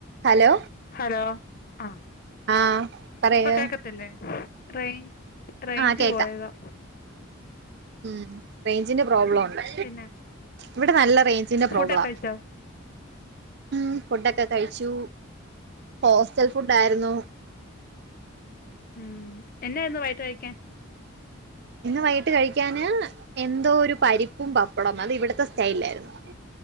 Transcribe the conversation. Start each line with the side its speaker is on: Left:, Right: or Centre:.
Right: Hello
Left: hello അ
Right: ആഹ് പറയൂ
Left: ഇപ്പൊ കേക്കത്തില്ലേ റേയി റെയ്ഞ്ച്
Right: ആഹ് കേക്കാം
Left: പോയതാ
Right: ഉം റേഞ്ചിന്റെ പ്രോബ്ലം ഉണ്ട്
Left: പിന്നെ
Right: ഇവിടെ നല്ല റേഞ്ചിന്റെ
Left: ഫുഡൊക്കെ
Right: പ്രോബ്ലാ
Left: കഴിച്ചോ
Right: ഉം ഫുഡൊക്കെ കഴിച്ചു ഹോസ്റ്റൽ ഫുഡ് ആയിരുന്നു
Left: ഉം എന്നെയിരുന്നു വൈകിട്ട് കഴിക്കാൻ
Right: ഇന്ന് വൈകിട്ട് കഴിക്കാന് എന്തോ ഒരു പരിപ്പും പപ്പടവും അത് ഇവിടത്തെ സ്റ്റൈയിൽ ആയിരുന്നു